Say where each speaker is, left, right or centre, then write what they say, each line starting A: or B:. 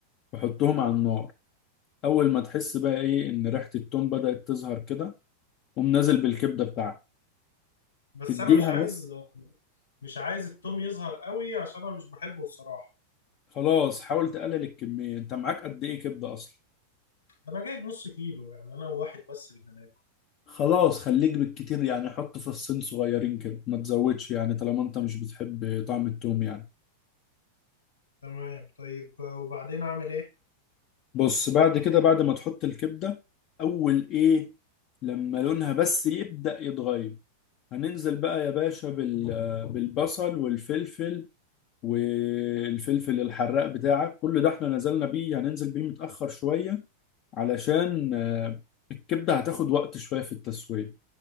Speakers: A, on the left; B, on the left.
A: وحطهم على النار أول ما تحس بقى إيه إن ريحة التوم بدأت تظهر كده قوم نازل بالكبدة بتاعتك
B: بس
A: تديها
B: انا مش عايز
A: بس
B: مش عايز التوم يظهر قوي عشان انا مش بحبه الصراحه
A: خلاص حاول تقلل الكمية أنت معاك قد إيه كبدة أصلا
B: انا جايب نص كيلو يعني انا وواحد بس اللي هناكل
A: خلاص خليك بالكتير يعني حط فصين صغيرين كده ما تزودش يعني طالما أنت مش بتحب طعم التوم يعني
B: تمام طيب وبعدين اعمل ايه
A: بص بعد كده بعد ما تحط الكبدة أول إيه لما لونها بس يبدأ يتغير هننزل بقى يا باشا بال- بالبصل والفلفل والفلفل الحراق بتاعك كل ده احنا نزلنا بيه هننزل بيه متأخر شوية علشان آه، الكبدة هتاخد وقت شوية في التسوية